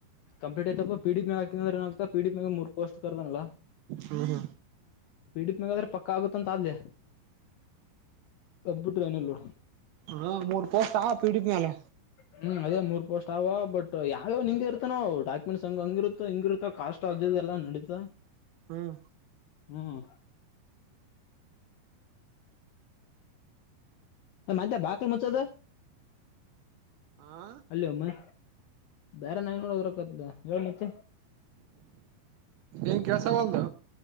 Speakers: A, on the left; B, on the right.
A: ಕಂಪ್ಲೀಟ್ ಯ್ತಪ್ಪ ಪಿ ಡಿ ಮ ಹಾಕಿದಂದ್ರ ಏನ ಆತಾ ಪಿಡಿ ಮಾಗ ಮೂರ್ ಪೋಸ್ಟ್ ಕರ್ದಲ್ಲಾ
B: ಹ್ಮ್ ಹ್ಮ್
A: ಬಿಡಿಪ್ ನಗಾದ್ರೆ ಪಕ್ಕ ಆಗುತ್ತೆ ತ ಅ ಆದಲೆ ಅದಬಿಟ್ರ ಏನ ನೋಡ್
B: ಹಾ ಮೂರು ಮೂರ್ ಕೋಟ್ ಪೀಡಿದ ಮೇಲೆ
A: ಹ್ಮ್ ಅದೇ ಮೂರ್ ಪೋಸ್ಟ್ ಅವ ಬಟ್ ಯಾವ ನಿಂಗಗೆ ಇರ್ತಾನೋ ಡಾಕ್ಯುಮೆಂಟ್ ಹಂಗ ಹಂಗಿರುತ್ತೋ ಹಂಗಿರುತ್ತೋ ಕಸ್ಟ್ ಆ ದೆಲ್ಲ ನಡೀತಾ
B: ಹ್ಮ್
A: ಹ್ಮ್ ಮಂತ ಬಾಲ ಮುಚ್ಚದ
B: ಆಾ
A: ಅಲ್ಲಿ ಒಮ್ಮೆ ಬೇರೆ ನಾಯ ನೋಡದ್ರಕತ್ ಹೇಳ ನಿಚ
B: ಏನ್ ಕೆಲ್ಸವಲ್ದು